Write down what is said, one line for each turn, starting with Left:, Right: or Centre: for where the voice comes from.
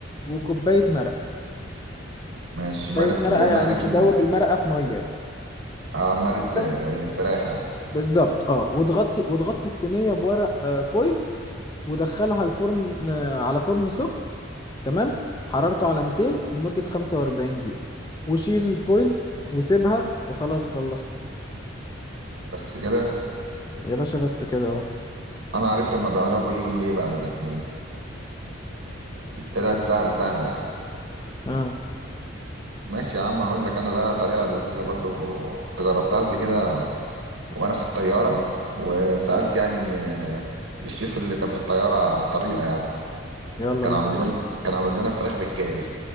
Left: وكوباية مرقة
Right: ماشي
Left: كوباية
Right: مرت
Left: مرقة
Right: اللي هي
Left: يعني
Right: مرت
Left: تدوب
Right: ال-
Left: المرقة في مية يعني
Right: اه مرت
Left: بس
Right: آه، فراخ عادي
Left: بالظبط اه وتغطي وتغطي الصينية بورق آه، فويل ودخلها الفرن آه، على فرن سخن تمام حرارته على 200 لمدة 45 دقيقة وشيل الفويل وسيبها وخلاص خلصت
Right: بس كده
Left: يا باشا بس كده اهو
Right: انا عرفت هما بيعملوها كل يوم ليه بقى الاكله دي طلعت سهله سهله يعني
Left: اه
Right: ماشي يا عم اقول لك انا بقى طريقه لذيذه برضو كنت جربتها قبل كده وانا في الطياره وسالت يعني آه، الشيف اللي كان في الطياره على الطريقه يعني
Left: يلا
Right: كان
Left: بينا
Right: عامل لنا كان عامل لنا فراخ بالكاري